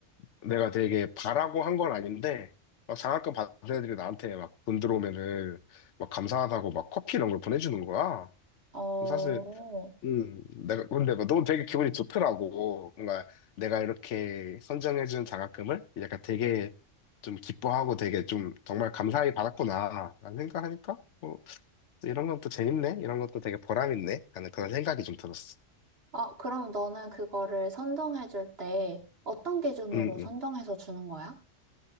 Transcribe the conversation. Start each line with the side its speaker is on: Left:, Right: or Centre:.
Left: 내가 되게 바라고 한 건 아닌데 막 장학금 받은 애들이 나한테 막 돈 들어오면은 막 감사하다고 막 커피 이런 걸 보내주는 거야.
Right: 어.
Left: 사실 음 내가 근데 막 너무 되게 기분이 좋더라고. 뭔가 내가 이렇게 선정해준 장학금을 약간 되게 좀 기뻐하고 되게 좀 정말 감사히 받았구나 라는 생각하니까 뭐 또 이런 건 또 재밌네 이런 것도 되게 보람 있네 하는 그런 생각이 좀 들었어.
Right: 아, 그럼 너는 그거를 선정해 줄 때 어떤 기준으로
Left: 음, 음.
Right: 선정해서 주는 거야?